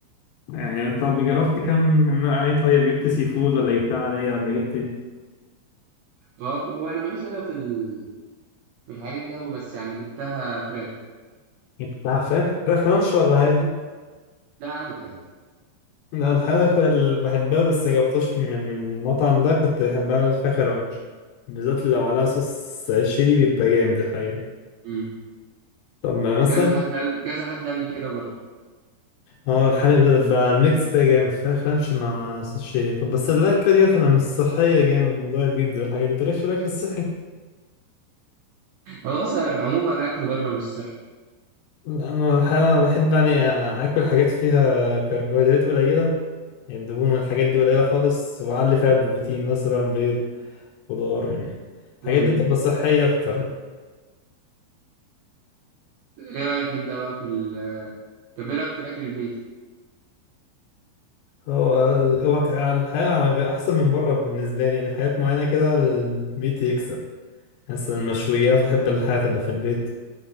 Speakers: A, on the left; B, on the right.
A: يعني طب جربت كم نوع ايه طيب جبت سي فود ولا جبتها عادية ولا جبت ايه
B: اه وانا ماليش انا في ال... في الحاجات دي قوي بس يعني جبتها فراخ
A: جبتها فراخ فراخ رانش ولا عادي
B: ده عادي عادي
A: لا الحقيقة كنت بحبها بس جبتوش من المطعم ده كنت بحبها فراخ رانش بالذات لو عليها صوص شيري بيبقى جامد الحقيقة
B: امم
A: طب ما مثلا
B: كذا حد قال كذا حد قال لي كده برضه
A: اه الحليب ده ده الميكس ده جامد فراخ رانش مع صوص شيا طب بس الأكلة دي أنا مش صحية جامد موضوع البيتزا والحاجات دي متقلقش في الأكل الصحي
B: هو اصلا عموما الاكل بره مش صحي
A: أنا الحقيقة بحب يعني آكل حاجات فيها كربوهيدرات قليلة يعني الدهون والحاجات دي قليلة خالص وأعلي فيها بروتين مثلا بيض خضار يعني الحاجات
B: امم
A: دي تبقى صحية أكتر يعني
B: ايه رايك انت بقى في ال... طب ايه رايك في الاكل البيتي
A: هو ال- هو ك- الحقيقة أحسن من بره بالنسبة لي يعني في حاجات معينة كده البيت يكسب مثلا المشويات بحب الحياة تبقى في البيت